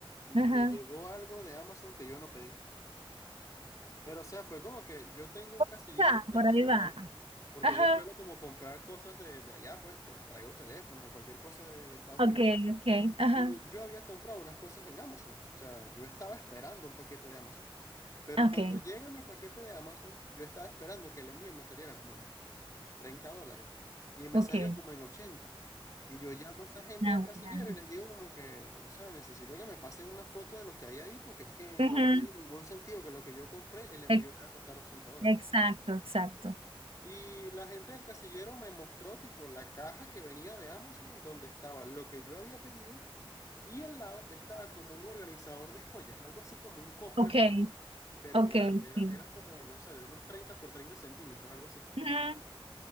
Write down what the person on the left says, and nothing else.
me
llegó algo de Amazon que yo no pedí. Pero o sea, fue como que yo tengo un
casillero
internacional,
porque
yo suelo como comprar cosas de, de allá, pues te- traigo teléfonos o cualquier cosa de, de Estados
Unidos.
Y yo había comprado unas cosas en Amazon, o sea, yo estaba esperando un paquete de Amazon. Pero
cuando llega mi paquete de Amazon, yo estaba esperando que el envío me saliera como en 30 dólares y me
salió como en ochenta Y yo llamo a esa gente
del casillero
y les digo como que, o sea, necesito que me pasen una foto de lo que hay ahí porque es que
no tiene ningún sentido que lo que yo compré, el envío
vaya a costar 80 dólares.
Y la gente del casillero me mostró tipo la caja que venía de Amazon donde estaba lo que yo había pedido y al lado estaba como un organizador de joyas, algo así como un cofre,
pero, pero
grande, era,
era como, no sé, de unos 30 por 30 centímetros, algo así.